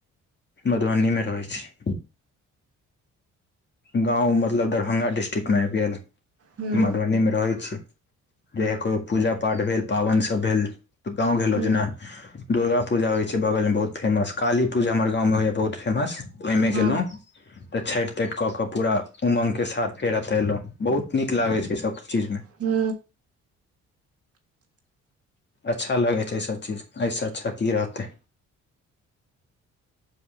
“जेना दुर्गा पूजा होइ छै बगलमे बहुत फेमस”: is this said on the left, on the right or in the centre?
Left